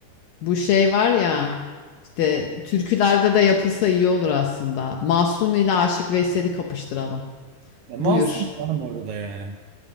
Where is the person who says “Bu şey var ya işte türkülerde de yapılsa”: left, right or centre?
Left